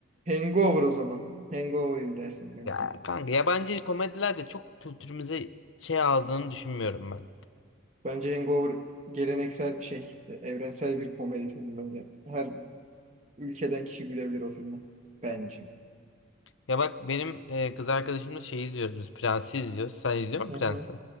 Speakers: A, on the right (about 35°); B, on the left (about 80°).
A: Hangover o zaman. Hangover izlersin kanka.
B: Ya kanka yabancı komediler de çok kültürümüze şey aldığını düşünmüyorum ben.
A: Bence Hangover geleneksel şey, e, evrensel bir komedi filmi bence. Her ülkeden kişi gülebilir o filme. Bence.
B: Ya bak benim e, kız arkadaşımla şey izliyoruz biz. Prensi izliyoruz. Sen izliyor musun
A: Hı hı.
B: Prens'i?